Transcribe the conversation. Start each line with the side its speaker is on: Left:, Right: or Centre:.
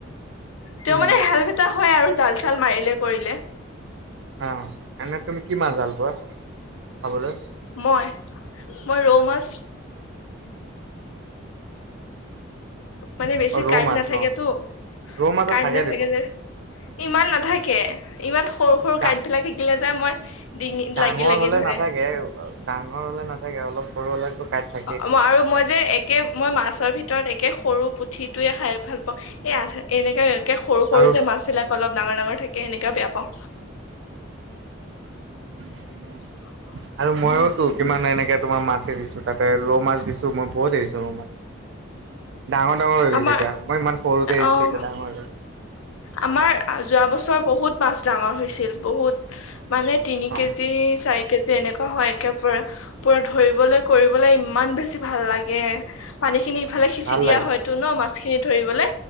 Left: তেওঁ
Right: উম
Left: মানে <unintelligible> হয় আৰু জাল চাল মাৰিলে কৰিলে।
Right: অ এনে তুমি কি মাছ ভাল পোৱা খাবলৈ?
Left: মই, মই ৰৌ মাছ।
Right: <inaudible>
Left: মানে বেছি
Right: অ ৰৌ
Left: কাঁইট
Right: মাছ
Left: নাথাকেটো
Right: ন ৰৌ মাছত
Left: কাঁইট
Right: থাকে
Left: নাথাকে
Right: দেখোন
Left: যে। ইমান নাথাকে ইমান সৰু, সৰু
Right: ডা
Left: কাঁইট বিলাক থাকিলে যে মই। ডিঙিত
Right: ডাঙৰ
Left: লাগি লাগি
Right: হ'লে
Left: ধৰে।
Right: নাথাকে ডাঙৰ হ'লে নাথাকে অলপ সৰু হ'লেটো কাঁইট থাক
Left: অ মই আৰু মই। যে একে মই মাছৰ ভিতৰত একে সৰু পুঠিটোয়ে খাই ভাল পাওঁ এই আধা এনেকা। কে সৰু, সৰু
Right: আৰু
Left: যে মাছ বিলাক অলপ ডাঙৰ, ডাঙৰ থাকে এনেকা বেয়া পাওঁ।
Right: <inaudible>
Left: <inaudible>
Right: আৰু মইওতো কিমান এনেকে তোমাৰ মাছ এৰিছোঁ তাতে ৰৌ মাছ দিছোঁ মই বহুত এৰিছোঁ। ডাঙৰ, ডাঙৰ হৈ
Left: আমাৰ
Right: গৈছে এতিয়া মই ইমান সৰুতে এৰিছিলোঁ
Left: অ
Right: এতিয়া ডাঙৰ হৈ গ'ল।
Left: আমাৰ যোৱা বছৰ বহুত মাছ ডাঙৰ হৈছিল বহুত। মানে তিনি
Right: অ
Left: কেজি চাৰি কেজি এনেকুৱা হয় একেবাৰে। পুৰা ধৰিবলৈ কৰিবলৈ ইমান বেছি ভাল লাগে পানী খিনি। ইফালে সিঁচি
Right: ভাল
Left: দিয়া
Right: লাগে
Left: হয়তো নহ মাছখিনি ধৰিবলে